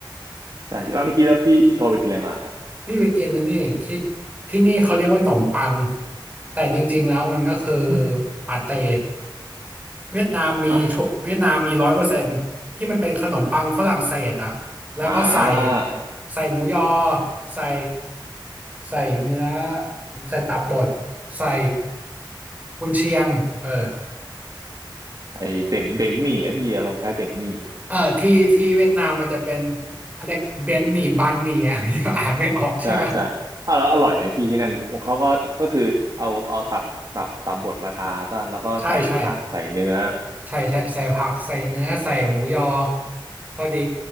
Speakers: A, on the right; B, on the right.
A: ใช่พี่แล้วเมื่อกี้แล้วพี่พี่โชว์ไปกินอะไรมาฮะ
B: พี่ไปกินนะนี่ที่ที่นี่เขาเรียกว่าหนมปังแต่จริงๆแล้วมันก็คือ
A: หึ
B: ปาเต้เวียดนามมีทุกเวียดนามมีร้อยเปอร์เซ็นต์ที่มันเป็นขนมปังฝรั่งเศสอ่ะแล้วก็ใส่
A: อะ อ่า
B: ใส่หมูยอใส่ใส่เนื้อใส่ตับบดใส่กุนเชียงเออ
A: ไอเบ่งเบ่งหมี่อะพี่ลคล้ายเบ่งหมี่
B: เออที่ที่เวียดนามมันจะเป็นเขาเรียกเบนหมี่บันหมี่อ่ะ <laughs> พี่ก็อ่านไม่ออกใช่ไหม
A: ใช่ใช่อ้าวแล้วอร่อยไหมพี่ที่นั่นเขาก็ก็คือเอาเอาตับตับตับบดมาทาป่ะแล้วก็ใส่ผักใส่เนื้อ
B: ใช่ใช่ ใช่ใช่ใส่ผักใส่เนื้อใส่หมูยอพอดี